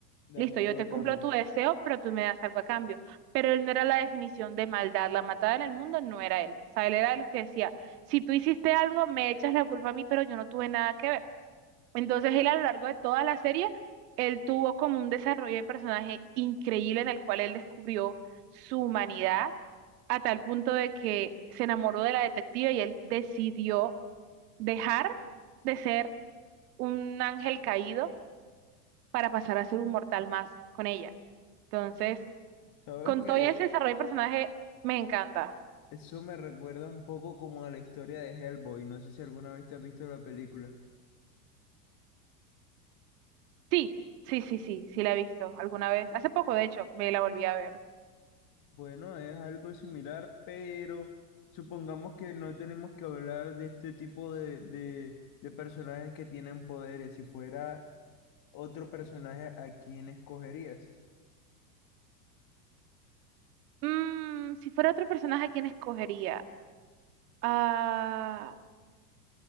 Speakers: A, on the left; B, on the right.
A: Dame
B: Listo, yo
A: algo
B: te
A: a
B: cumplo
A: cambio.
B: tu deseo, pero tú me das algo a cambio. Pero él no era la definición de maldad. La maldad en el mundo no era él. O sea, él era de los que decía, si tú hiciste algo, me echas la culpa a mí, pero yo no tuve nada que ver. Entonces él a lo largo de toda la serie, él tuvo como un desarrollo de personaje increíble en el cual él descubrió su humanidad a tal punto de que se enamoró de la detective y él decidió dejar de ser un ángel caído para pasar a ser un mortal más con ella. Entonces,
A: Sabes
B: con
A: que
B: todo ese desarrollo de personaje, me encanta.
A: eso me recuerda un poco como a la historia de Hellboy. No sé si alguna vez te has visto la película.
B: Sí, sí, sí, sí, sí la he visto alguna vez. Hace poco, de hecho, me la volví a ver.
A: Bueno, es algo similar, pero supongamos que no tenemos que hablar de este tipo de, de, de personajes que tienen poderes. Si fuera otro personaje, ¿a quién escogerías?
B: Mm, si fuera otro personaje, ¿a quién escogería? Ah,